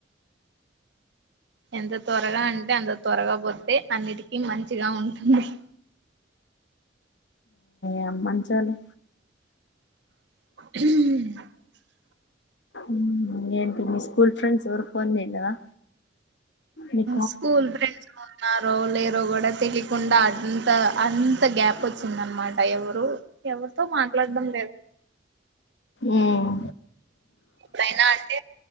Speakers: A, on the right; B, on the left.
A: ఉమ్ ఎంత త్వరగా అంటే అంత త్వరగా పోతే అన్నిటికీ మంచిగా ఉంటుందిహ్
B: ఏం మంచోలే
A: <unintelligible>
B: మ్మ్ ఏంటి మీ స్కూల్ ఫ్రెండ్స్ ఎవరు ఫోన్ జేయలేదా నిక్
A: స్కూల్ ఫ్రెండ్స్ ఉన్నారో లేరో కూడా తెలికుండా అంత అంత గ్యాప్ ఒచ్చింద్న్మాట ఎవరు ఎవరితో మాట్లాడ్డం లేదు
B: ఉమ్
A: బైనా అంటే